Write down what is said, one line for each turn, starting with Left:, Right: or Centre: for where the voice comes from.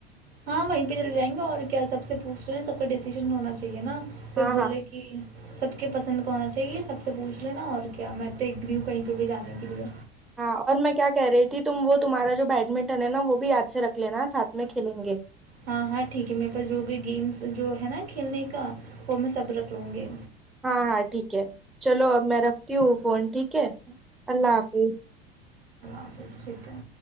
Right: ہاں وہیں پہ چل جائیں گے اور کیا سب سے پوچھے نا سب کا ڈیسییشن ہونا چاہیے ٹھیک ہے نا کوئی
Centre: ہاں
Right: بولے
Centre: ہاں
Right: کہ سب کے پسند کونا چاہیے سب سے پوچھ لینا اور کیا میں دیکھ بھی ہوں کہیں پ بھی جانے کے لیے
Centre: ہاں اور میں کیا کہہ رہی تھی ت وہ تمہارا جو بیڈمنٹن ہے نا وہ بھی یاد سے رکھ لینا ساتھ میں کھیلیں گے
Right: ہاں ہاں ٹھیک ہے میرے پاس جو بھی گیمس جو ہے نا کھیلنے کا وہ میں سب رکھ لوں گی
Centre: ہاں ہاں ٹھیک ہے چلو اب میں رکھتی ہوں فون ٹھیک ہے اللہ حافظ
Right: آ س شیکن